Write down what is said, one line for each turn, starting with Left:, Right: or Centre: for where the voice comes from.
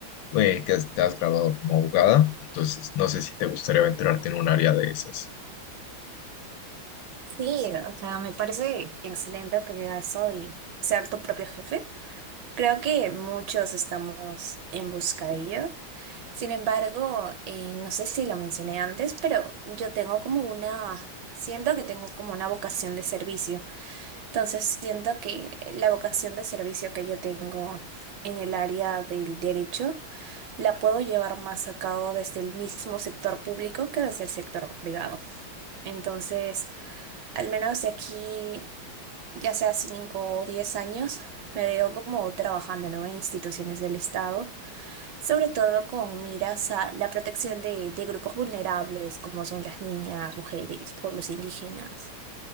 Left: eh, que has- te has graduado como abogada, entonces no sé si te gustaría aventurarte en un área de esas.
Right: Sí, o sea, me parece excelente porque a eso y ser tu propio jefe. Creo que muchos estamos en busca de ello. Sin embargo, eh, no sé si lo mencioné antes, pero yo tengo como una, siento que tengo como una vocación de servicio. Entonces, siento que la vocación de servicio que yo tengo en el área del derecho la puedo llevar más a cabo desde el mismo sector público que desde el sector privado. Entonces, al menos de aquí ya sea 5 o 10 años, me veo como trabajando, ¿no? en instituciones del Estado, sobre todo con miras a la protección de, de grupos vulnerables, como son las niñas, mujeres, pueblos indígenas